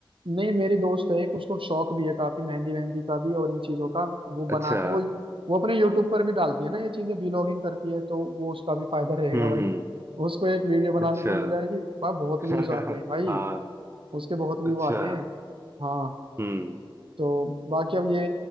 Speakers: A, on the right; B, on the right.
A: नहीं मेरी दोस्त है एक उसको शौक भी है काफी मेहंदी मेहंदी का भी और इन चीजों का वो
B: अच्छा
A: बनाती है वो वो अपने यूट्यूब पर भी डालती है ना ये चीजें व्लॉगिंग करती है तो वो उसका भी फायदा रहेगा
B: हम्म
A: भाई
B: हम्म
A: उसको एक वीडियो बनाने
B: अच्छा
A: को मिल जाएगी भाई बहुत
B: <laughs>
A: व्यूज आते हैं भाई
B: हाँ
A: उसके बहुत व्यू
B: अच्छा
A: आते हैं हाँ
B: हम्म
A: तो बाकी अब ये